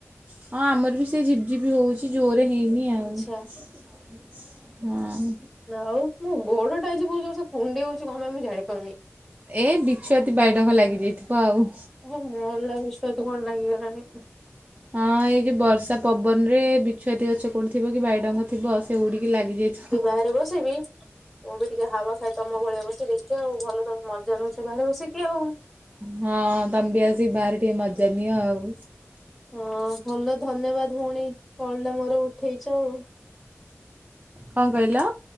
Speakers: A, on the right (about 30°); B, in the centre.
A: ହଁ ଆମର ବି ସେ ଝିପ୍ ଝିପ୍ ହଉଚି। ଜୋରେ ହେଇନି ଆଉ।
B: ଆଚ୍ଛା
A: ହଁ।
B: ନା ଆଉ। ମୋ ଗୋଡ଼ଟା ଆଜିି ବହୁ ଜୋର୍ସେ କୁଣ୍ଡେଇ ହଉଚି କଣ ପାଇଁ ମୁଁ ଜାଣିପାରୁନି?
A: ଏ ବିଛୁଆତି, ବାଇଡଙ୍ଗ ଲାଗି ଯାଇଥିବ ଆଉ।
B: <unintelligible> ମଲା ବିଛୁଆତି କଣ ଲାଗି ଗଲାଣି?
A: ହଁ ଏଇ ଯୋଉ ବର୍ଷା ପବନରେ ବି ଛୁଆତି ଗଛ କେଉଁଠି ଥିବ କି ବାଇଡଙ୍ଗ ଥିବ, ସେ ଉଡିକି ଲାଗିଯାଇଥିବ।
B: ଘରେ ବସିବି। ମୁଁ ବି ଟିକେ ହାୱା ଖାଏ ତମ ଭଳିଆ ବସି ଦେଖିଆ ଆଉ। ଭଲ ତମେ ମଜା ନେଉଛ ବାହାରେ ବସିକି। ଆଉ।
A: ହଁ ତମେ ବି ଆସି ବାହାରେ ଟିକେ ମଜା ନିଆ ଆଉ।
B: ହଁ ଭଲ ଧନ୍ୟବାଦ ଭଉଣୀ କଲ୍ଟା ମୋର ଉଠେଇଚ ଆଉ।
A: କଣ କହିଲ?